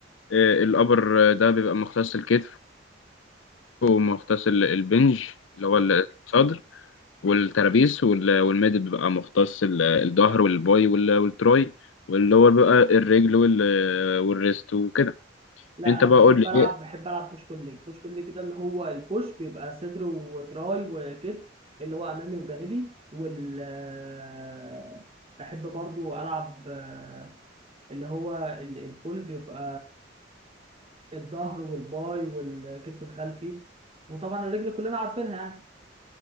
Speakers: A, on the left; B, on the right.
A: الابر ده بيبقى مختص الكتف ومختص ال- البنج اللي هو الصدر والترابيس وال- والميدل بيبقى مختص ال- الظهر والباي وال- والتراي واللور بقى الرجل وال- والريست وكده
B: لا
A: انت
B: انا
A: بقى
B: بحب
A: قول لي
B: العب
A: إيه؟
B: بحب العب بوش بول ليج بوش بول ليج ده اللي هو البوش بيبقى صدر وتراي وكتف اللي هو امامي وجانبي وال آه، بحب برضو العب آه، اللي هو ال- البول بيبقى الظهر والباي والكتف الخلفي وطبعا الرجل كلنا عارفينها يعني